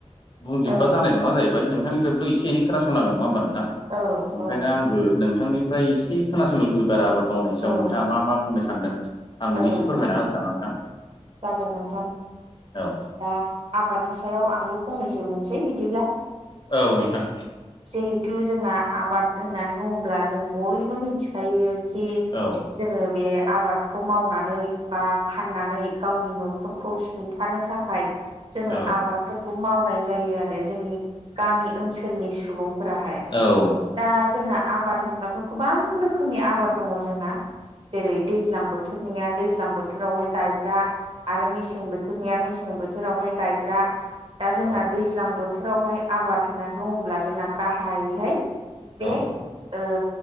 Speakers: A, on the left; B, on the right.
A: बुंजोब्बा
B: औ
A: जानाय नङा जाहैबाय नोंथांनिफ्रायबोथ' एनै खोनासंनांगोन नङा होमबा नोंथां।
B: औ
A: ओंखायनो
B: औ
A: आंबो नोंथांनिफ्राय एसे खोनासंनो लुबैबाय आरो आबाद मावनायनि सायाव
B: औ
A: नोंथाङा मा मा बुंनो सानदों आंनो
B: औ
A: एसे फोरमायना
B: औ
A: होदो नामा नोंथां।
B: जागोन नोंथां
A: औ
B: दा आबादनि सायाव आंबो फंनैसो बुंसै बिदिब्ला
A: औ नोंथां।
B: जिहेथु जोंना आबाद होननानै बुङोब्ला जों बयबो मिनथिखायो। खि
A: औ
B: जोङो बे आबादखौ मावनानै बा फाननानै गावनि न'खरखौ सुंथानो थाखाय जोङो
A: औ
B: आबादफोर खौ मावनाय जायो आरो जोंनि गामि ओनसोलनि सुबुंफोराहाय।
A: औ।
B: दा जोंना आबाद होनब्लाथ' गोबां रोखोमनि आबाद दङ जोंना। जेरै दैज्लां बोथोरनिया दैज्लां बोथोरावहाय गायग्रा। आरो मेसें बोथोरनिया मेसें बोथोरावहाय गायग्रा दा जोंना
A: औ
B: दै ज्लां बोथोरावहाय आबाद होननानै बुङोब्ला जोंना गाहायैहाय बे
A: औ
B: ओ